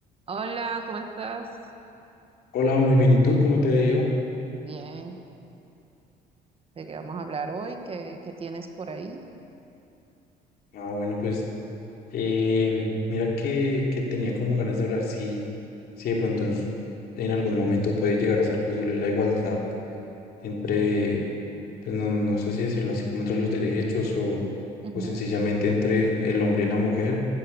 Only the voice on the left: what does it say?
Hola, muy bien. ¿Y tú? ¿Cómo te ha ido?
Ah, bueno, pues eh, mira que, que tenía como ganas de hablar si, si de pronto en, en algún momento puede llegar a ser posible la igualdad entre, pues no, no sé si decirlo así como entre los derechos o,
o sencillamente entre el hombre y la mujer,